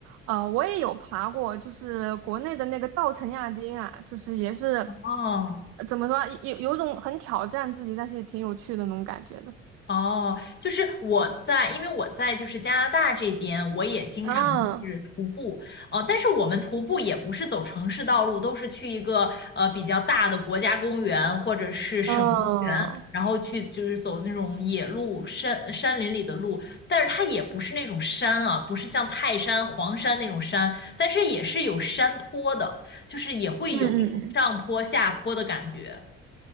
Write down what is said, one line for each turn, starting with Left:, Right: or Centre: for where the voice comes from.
Right: 呃，我也有爬过，就是国内的那个稻城亚丁啊，就是也是，
Left: 哦，
Right: 呃怎么说啊有有种很挑战自己，但是也挺有趣的那种感觉的。
Left: 哦，就是我在，因为我在就是加拿大这边，我也经常是徒步，
Right: 啊，
Left: 呃，但是我们徒步也不是走城市道路，都是去一个呃比较大的国家公园或者是省公园，
Right: 哦，
Left: 然后去就是走那种野路、山山林里的路，但是它也不是那种山啊，不是像泰山、黄山那种山，但是也是有山坡的，就是也会有一种上坡下坡的感觉。
Right: 嗯嗯嗯。